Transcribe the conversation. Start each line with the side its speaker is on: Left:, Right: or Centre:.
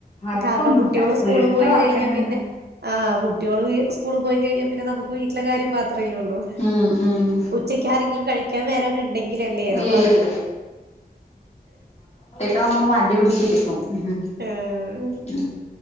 Left: വർക്കൊന്നുല്ല
Right: കാരണം കുട്ടികള് സ്കൂള്
Left: വീട്ടിത്തെ
Right: പോയി
Left: വർക്കന്നെ
Right: കഴിഞ്ഞാ പിന്നെ
Left: ഉണ്ടല്ലോ
Right: ആ കുട്ടികള് സ്കൂൾ പോയി കഴിഞ്ഞാ പിന്നെ നമുക്ക് വീട്ടിലെ കാര്യം മാത്രേല്ലേള്ളൂ
Left: ഉം ഉം
Right: ഉച്ചക്ക് ആരെങ്കിലും കഴിക്കൻ വരാ ഉണ്ടെങ്കിലല്ലേ നമ്മളത്
Left: ഏയ് കകുമ്പോൾ മടി പിടിച്ചിരിക്കും ഉ
Right: ആഹ്
Left: ഉ